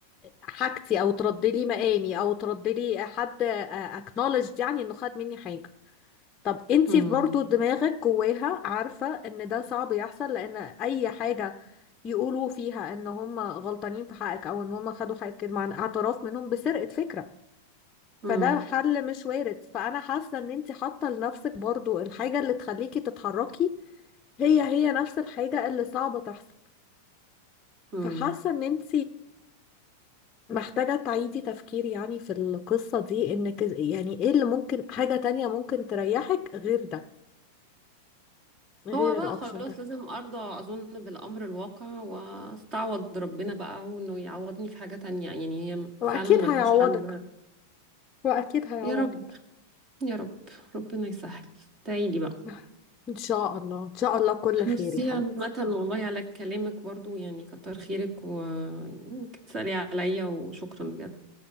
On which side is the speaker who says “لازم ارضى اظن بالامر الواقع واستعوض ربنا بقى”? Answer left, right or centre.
Right